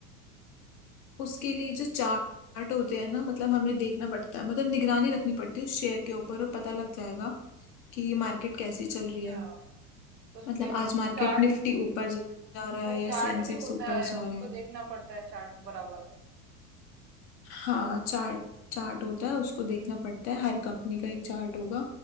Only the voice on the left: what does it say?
उसके लिए जो चार्ट होते हैं ना मतलब हमें देखना
पड़ता है मतलब निगरानी रखनी पड़ती है उस शेयर के ऊपर और पता लग जाएगा कि मार्केट कैसी चल
रही है
मतलब आज मार्केट
निफ्टी ऊपर जा रहा
है या सेंसेक्स
ऊपर
जा
रहा है
हाँ चार्ट चार्ट होता है उसको देखना पड़ता है हर कंपनी का एक चार्ट होगा